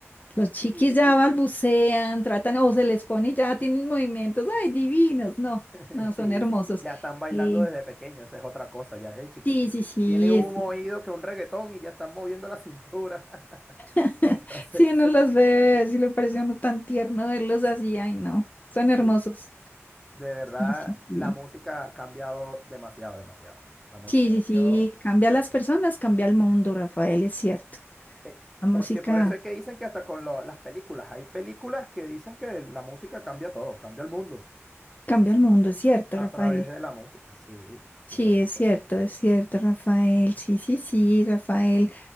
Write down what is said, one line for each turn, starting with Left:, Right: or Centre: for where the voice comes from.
Left: Los chiquis
Centre: Sí.
Left: ya balbucean, tratan o se les pone y ya tienen movimientos, ay, divinos. No,
Centre: <laughs>
Left: no, son
Centre: Sí,
Left: hermosos.
Centre: ya están bailando
Left: Y
Centre: desde pequeño, esa es otra cosa, ya desde chiquito.
Left: sí, sí, sí.
Centre: tiene un oído que un reggaetón y ya están moviendo la cintura. <laughs>
Left: <laughs>
Centre: Entonces,
Left: Sí, no los ve, sí le parece a uno tan tierno verlos así, ay no, son
Centre: sí.
Left: hermosos.
Centre: De verdad,
Left: Sí, sí,
Centre: la
Left: sí.
Centre: música ha cambiado demasiado, demasiado. La música
Left: Sí, sí,
Centre: ha sido...
Left: sí, cambia a las personas, cambia el mundo, Rafael, es cierto.
Centre: eh,
Left: La música
Centre: porque por eso es que dicen que hasta con lo- las películas, hay películas que dicen que la música cambia todo, cambia el mundo
Left: cambia el mundo, es cierto,
Centre: a
Left: Rafael.
Centre: través de la música. Sí,
Left: Sí,
Centre: súper excelente.
Left: es cierto, es cierto, Rafael. Sí, sí, sí, Rafael.